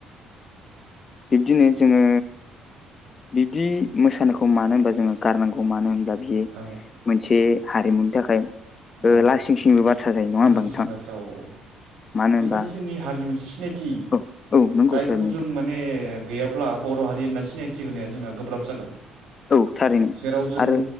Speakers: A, on the left; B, on the right.
A: बिब्दिनो जोङो बिब्दि मोसानायखौ मानो होनबा जोङो गारनांगौ मानो होनब्ला बियो
B: औ
A: मोनसे हारिमुनि थाखाय ओ
B: औ
A: लासिं सिंबो बाथ्रा जायो नङा
B: मानसि
A: होमबा नोंथां
B: सिंगाथ्रा औ औ
A: मानो
B: बे
A: होनबा
B: माने जोंनि हारिनि मोनसे सिनायथि
A: औ औ नंगौ
B: जायखौ
A: थारैनो
B: जों जों माने गैयाब्ला बर' हारि होनना सिनायथि होनाया जोंहा गोब्राब जागोन
A: नोंथां औ थारैनो
B: जेराव जों
A: आरो